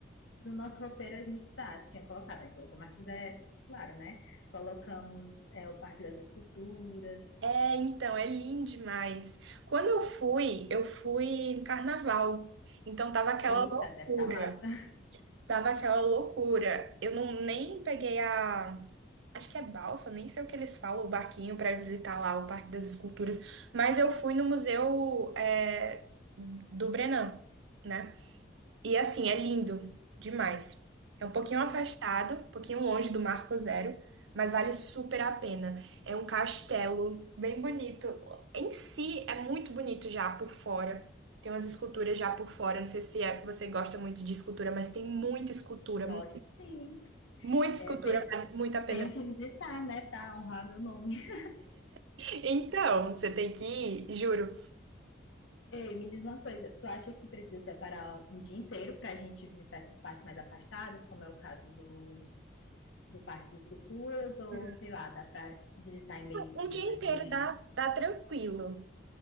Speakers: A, on the left; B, on the right.
A: no nosso roteiro a gente tá, tinha colocado, a gente colocou Marcos Zé, claro, né? Colocamos é, o Parque das Esculturas.
B: É, então, é lindo demais. Quando eu fui, eu fui em carnaval. Então tava aquela
A: Eita,
B: loucura.
A: deve estar massa.
B: Tava aquela loucura. Eu não nem peguei a Acho que é balsa, nem sei o que eles falam, o barquinho para visitar lá o Parque das Esculturas. Mas eu fui no Museu é, do Brennand, né? E assim, é lindo demais. É um pouquinho afastado, um pouquinho longe do Marco Zero, mas vale super a pena. É um castelo bem bonito. Em si, é muito bonito já por fora. Tem umas esculturas já por fora. Não sei se é- você gosta muito de escultura, mas tem muita escultura,
A: <laughs> Gosto,
B: mu-
A: sim.
B: muita
A: É,
B: escultura,
A: tem-
B: vale muito a pena
A: tenho que visitar, né? Tá, honrar meu nome. <laughs>
B: Então, você tem que ir, juro.
A: Ei, me diz uma coisa, tu acha que precisa separar um dia inteiro pra gente visitar essas partes mais afastadas, como é o caso do do Parque de Esculturas ou,
B: Hum.
A: sei lá, dá para visitar em meio-dia,
B: Um dia
A: mais
B: inteiro
A: ou menos.
B: dá, dá tranquilo.